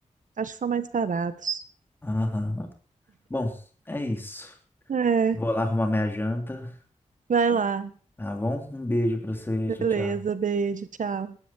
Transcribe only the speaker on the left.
Aham. Bom, é isso.
Vou lá arrumar minha janta.
Tá bom? Um beijo pra você.
Tchau, tchau.